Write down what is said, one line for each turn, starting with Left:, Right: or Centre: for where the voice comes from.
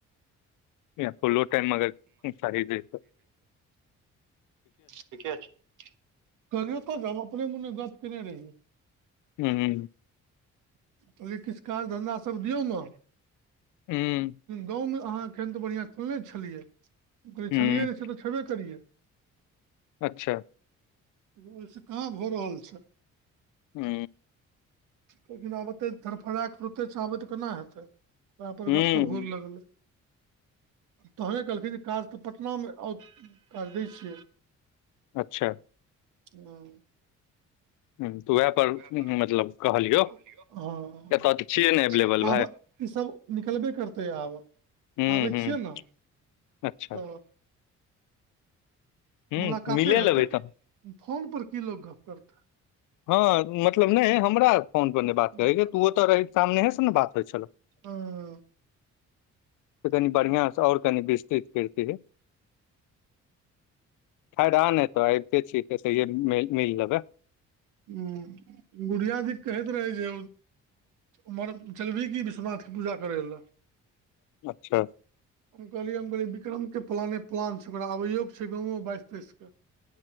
Left: य फुलो टाइम अगर साहि दैत
Right: ठीके छै करियौ तऽ हम अपने मुने गप केने रहियै
Left: हू
Right: कहे किछु काज धन्धा सब दियौ ने
Left: ह
Right: गाँवमे अहाँ एखन तऽ बढ़िआँ खुलने छलियै कहै
Left: हूँ
Right: छलियै नहि से तऽ छेबे करियै
Left: अच्छा
Right: ओहिस कहाँ भऽ रहल छै
Left: हू
Right: लेकिन आबते धरफड़ुरते आबै तऽ केना हेतै ओह पर
Left: हूँ
Right: गप भोर लगले तहने कहलखिन जे काज तऽ पटनामे आउ काज दै छियै
Left: अच्छा
Right: हँ
Left: हूँ तऽ उएह पर हम्म,
Right: ब
Left: मतलब कहलियौ
Right: कहलीयो
Left: एतय तऽ छियै ने एवलेबल
Right: आब
Left: भाय
Right: ई सब निकलबे करतै आब
Left: हूँ
Right: आबै
Left: हूँ
Right: छियै ने
Left: अच्छा
Right: तऽ
Left: हूँ
Right: मुलाकाते
Left: मिले
Right: हेतै
Left: लेबै तहन
Right: फोनपर की लोग गप्प करतै
Left: हँ मतलब नहि हमरा फोन पर नहि बात
Right: हँ
Left: करैके तू औतऽ सामनेहे से ने बात होइ छलौ
Right: ह
Left: तऽ कनि बढ़िआस ओर कनि विस्तृत करितियै फेर एतऽ आबिते छी तऽ सही, मिल लेबै।
Right: हँ, बुढ़ियादी कहैत रहै जे उमर। चलबिही की विश्वनाथके पूजा करै लए।
Left: अच्छा
Right: हम कहलियै हम कहलियै बिक्रम के प्लान प्लान छै, ओकरा आबैयो के छै, गावो बाइस तेइस के।